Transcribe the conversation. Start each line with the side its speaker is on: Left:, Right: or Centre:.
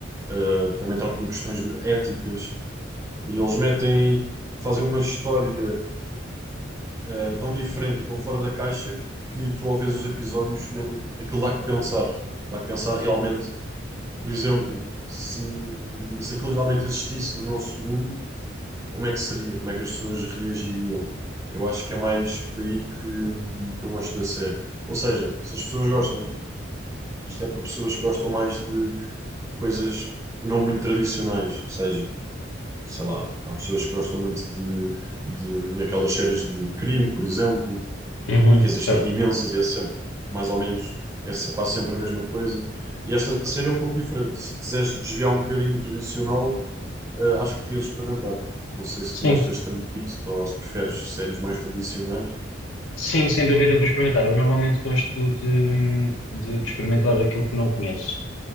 Right: Uh, também tratam de questões éticas e eles metem, fazem uma história uh, tão diferente e tão fora da caixa que tu ao ver os episódios me- aquilo dá que pensar, dá que pensar realmente, por exemplo, se, se aquilo realmente existisse no nosso mundo, como é que seria? Como é que as pessoas reagiriam? Eu acho que é mais por aí que, hum, que eu gosto da série. Ou seja, se as pessoas gostam, isto é para pessoas que gostam mais de, de coisas não muito tradicionais, ou seja, sei lá, há pessoas que gostam muito de, de, daquelas séries de, de crime, por exemplo,
Left: Uhum,
Right: que existem
Left: certo.
Right: imensas e é sempre mais ou menos, é se- quase sempre a mesma coisa. E esta série é um pouco diferente. Se quiseres desviar um bocadinho do tradicional, eh, acho que devias experimentar. Não sei se
Left: Sim,
Right: tu gostas tanto disso ou se preferes séries mais tradicionais.
Left: Sim, sem dúvida vou experimentar. Eu normalmente gosto de, de- de experimentar aquilo que não conheço,